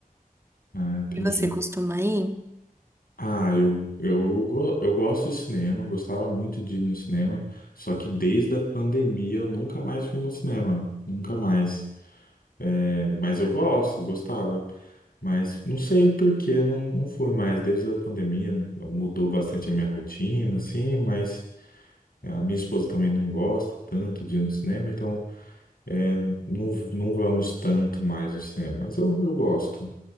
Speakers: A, on the left; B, on the right.
A: Ah, entendi.
B: E você costuma ir?
A: Ah, eu, eu, go- eu gosto de cinema, gostava muito de ir no cinema, só que desde a pandemia eu nunca mais fui no cinema, nunca mais. É, Mas eu gosto, gostava. Mas não sei por que não, não fui mais. Desde a pandemia mudou bastante a minha rotina, assim, mas a minha esposa também não gosta tanto de ir no cinema, então é, não, não vamos tanto mais ao cinema. Mas eu, eu gosto,